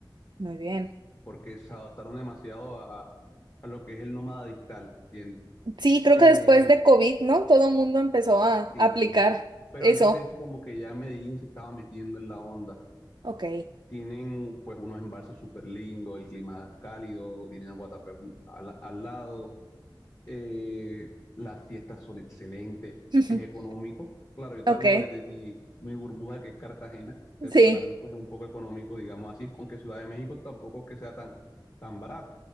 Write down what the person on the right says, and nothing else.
muy bien.
Sí, creo
que después de COVID, ¿no? Todo el mundo empezó a
aplicar
eso.
Ok,
<laughs>
ok,
sí,